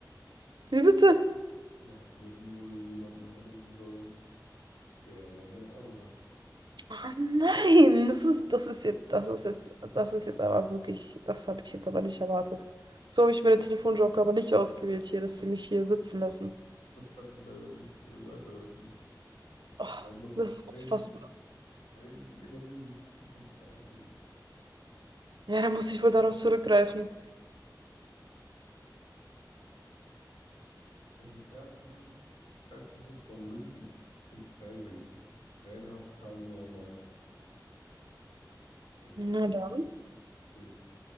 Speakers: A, on the right; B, on the left.
A: Wie bitte?
B: Ja, sie hätten wohl jemanden anrufen sollen, der da mehr Ahnung hat.
A: Oh nein, das ist, das ist jetzt, das ist jetzt, das ist jetzt aber wirklich, das habe ich jetzt aber nicht erwartet. So habe ich mir den Telefonjoker aber nicht ausgewählt hier, dass sie mich hier sitzen lassen.
B: <laughs> Da kann ich leider nicht äh, weiterhelfen.
A: Oh,
B: Sie haben noch
A: das ist
B: einen,
A: unfassbar.
B: einen, jemanden, den Sie im Publikum fragen können.
A: Ja, da muss ich wohl darauf zurückgreifen.
B: Es ist Erzbischof, Erzbischof von München und Freising, Reinhard Kardinal Marx. Also es
A: Na
B: ist
A: dann.
B: C.